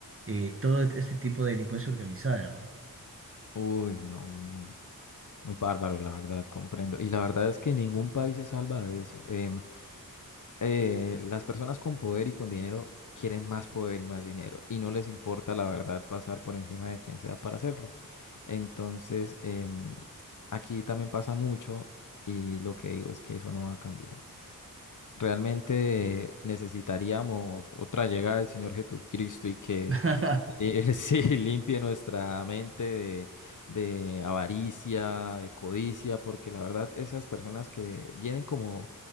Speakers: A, on the right; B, on the left.
A: eh, todo este tipo de delincuencia organizada, hermano.
B: Uy, no, muy, muy bárbaro, la verdad, comprendo. Y la verdad es que ningún país se salva de eso. Em, eh, las personas con poder y con dinero quieren más poder y más dinero y no les importa la verdad pasar por encima de quien sea para hacerlo. Entonces, em, aquí también pasa mucho y lo que digo es que eso no va a cambiar. Realmente necesitaríamos otra llegada del Señor Jesucristo y que
A: <laughs>
B: Él <laughs> sí limpie nuestra mente de, de avaricia, de codicia, porque la verdad esas personas que vienen como,